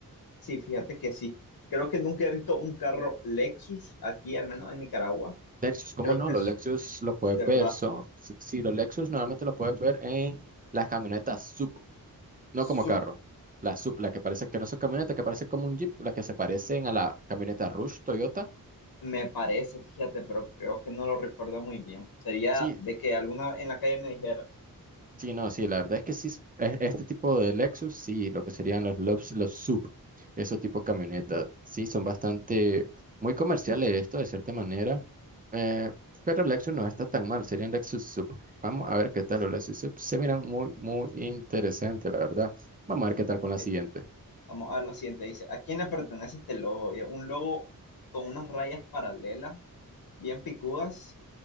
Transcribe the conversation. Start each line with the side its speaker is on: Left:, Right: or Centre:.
Left: Sí, fíjate que sí. Creo que nunca he visto un carro Lexus aquí, al menos en Nicaragua.
Right: Lexus, ¿cómo
Left: Creo
Right: no?
Left: que
Right: Los
Left: es
Right: Lexus los puedes
Left: de verdad
Right: ver. Son, sí, sí, los Lexus normalmente los puedes ver en las camionetas sub, no
Left: SUV,
Right: como carro. La sub, la que parece que no son camionetas, que parece como un Jeep, las que se parecen a la camioneta Rush Toyota.
Left: me parece, fíjate, pero creo que no lo recuerdo muy bien. Sería
Right: Sí,
Left: de que alguna en la calle me dijeras,
Right: Sí, no, sí, la verdad es que sí, es- e- este tipo de Lexus, sí, lo que serían los Lux, los SUV, esos tipo camionetas, sí, son bastante, muy comerciales esto de cierta manera, eh, pero el Lexus no está tan mal, serían Lexus SUV. Vamos a ver qué tal los Lexus SUV, se miran muy, muy interesantes, la verdad. Vamos a ver qué tal con la
Left: ok,
Right: siguiente.
Left: vamos a ver la siguiente, dice, ¿a quién le pertenece este logo? Y es un logo con unas rayas paralelas, bien picudas,